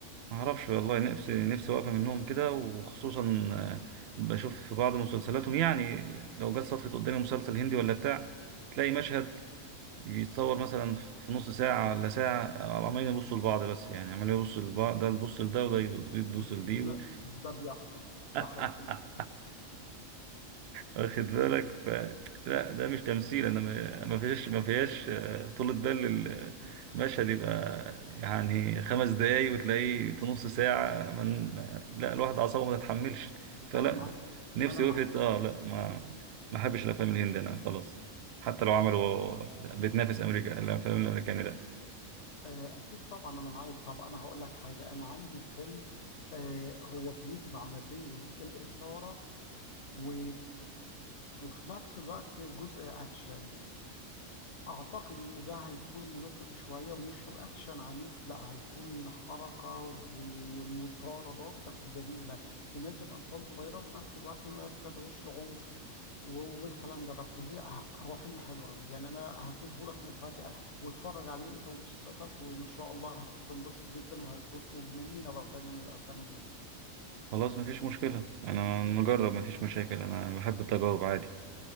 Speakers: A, on the right; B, on the left.
A: ما اعرفش والله نفسي نفسي واقفه منهم كده وخصوصا آه، بشوف في بعض مسلسلاتهم يعني لو جت صدفه قدامي مسلسل هندي ولا بتاع تلاقي مشهد بيتصور مثلا في نص ساعه ولا ساعه عمالين يبصوا لبعض بس يعني عمالين يبصوا لبعض ده يبص لده وده يبص
B: <laughs>
A: لدي
B: لا، ده بيحصل
A: <laughs>
B: ده حقيقي
A: واخد بالك ف... لا ده مش تمثيل انا ما ما فيهاش ما فيهاش آه، طولة بال ال- المشهد يبقى يعني خمس دقايق وتلاقيه في نص ساعة من... لا الواحد أعصابه ما تتحملش فلا
B: انا معاك
A: نفسي
B: انا معاك
A: وقفت
B: في
A: اه
B: الموضوع
A: لا
B: ده
A: ما ما احبش الافلام الهندي انا خلاص حتى لو عملوا بتنافس امريكا الافلام الامريكاني لا
B: آه، أكيد طبعا أنا معاك طب أنا هقول لك حاجة أنا عندي فيلم آه، هو بيجمع ما بين الإثارة و... وفي نفس الوقت جزء أكشن أعتقد إن ده هيكون مناسب شوية مش أكشن عنيف لا هيكون حركة ومطاردات بس جميلة تناسب أطفال صغيرة وفي نفس الوقت ما بتدعوش لعنف و- والكلام ده بس هي ه- هو فيلم حلو قوي يعني انا هسيبه لك مفاجأة واتفرج عليه انت واسرتك وان شاء الله هتنبسط جدا وهتطلب مني نوع تانية من الافلام دي
A: خلاص ما فيش مشكلة انا نجرب ما فيش مشاكل انا بحب التجارب عادي